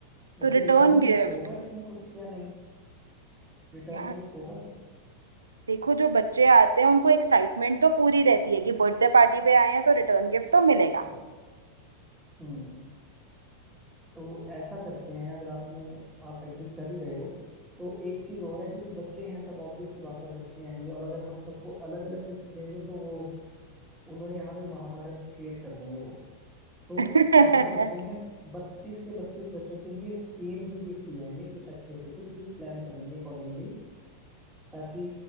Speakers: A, in the centre; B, on the right (about 70°).
A: वैसे
B: तो रिटर्न
A: रिटर्न गिफ्ट
B: गिफ्ट
A: होगा इसमें कुछ या नहीं रिटर्न
B: यार
A: गिफ्ट होगा कुछ
B: देखो जो बच्चे आते हैं उनको एक्साइटमेंट तो पूरी रहती है कि बर्थडे पार्टी पे आए हैं तो रिटर्न गिफ्ट तो मिलेगा
A: नहीं हम्म तो ऐसा करते हैं अगर आपने आप एग्री कर ही रहे हो तो एक चीज़ और है क्योंकि बच्चे हैं सब ऑब्वियस सी बात है बच्चे आएंगे और अगर हम सबको अलग अलग गिफ्ट देंगे तो वो उन्होंने यहाँ पे महाभारत क्रिएट कर देंगे वो तो
B: <laughs>
A: ऐसा करते हैं बत्तीस के बत्तीस बच्चों के लिए सेम ही गिफ्ट ले आएंगे कुछ अच्छे से कुछ भी प्लान कर लेंगे अकॉर्डिंगली ताकि